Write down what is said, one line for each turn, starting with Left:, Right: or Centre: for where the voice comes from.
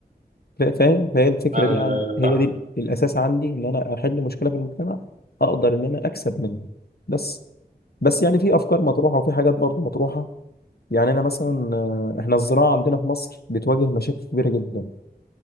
Left: فا- فاهم فهي الفكره
Right: ايوه
Left: دي عن
Right: ايوه
Left: هي
Right: فاهم
Left: دي الاساس عندي ان انا احل مشكله في المجتمع اقدر ان انا اكسب منها بس بس يعني في افكار مطروحه وفي حاجات برضه مطروحه يعني انا مثلا آه، احنا الزراعه عندنا في مصر بتواجه مشاكل كبيره جدا